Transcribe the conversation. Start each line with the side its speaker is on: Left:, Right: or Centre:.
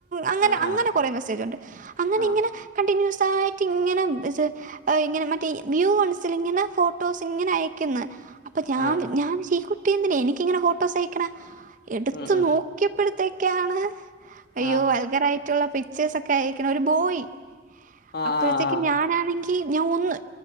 Right: അങ്ങനെ
Left: ആഹ്
Right: അങ്ങനെ
Left: ആഹ്
Right: കൊറെ മെസ്സേജ് ഉണ്ട്. അങ്ങനെ
Left: ആഹ്
Right: ഇങ്ങനെ കണ്ടിന്യൂസ് ആയിട്ട് ഇങ്ങനെ ഇങ്ങനെ മറ്റേ വ്യൂ വൺസിലിങ്ങന ഫോട്ടോസ് ഇങ്ങനെ അയക്ക്ന്ന്. അപ്പൊ ഞാൻ
Left: ആഹ്
Right: ഞാൻ <unintelligible> ഈ കുട്ടിയെന്തിനാ എനിക്കിങ്ങനെ ഫോട്ടോസ് അയക്ക്ണെ. എടുത്ത്
Left: ഉം ഉം
Right: നോ ക്കിയപ്പഴ്ത്തേക്ക്യാണ്. അയ്യോ
Left: ആഹ്
Right: വൽഗറായിട്ടുള്ള പിക്ചേഴ്സ് ഒക്കെ അയക്ക്ണ് ഒരു ബോയ്.
Left: ആഹ്
Right: അപ്പഴ്ത്തേക്ക്
Left: ആഹ് ആഹ്
Right: ഞാനാണെങ് കി ഞാൻ ഒന്ന്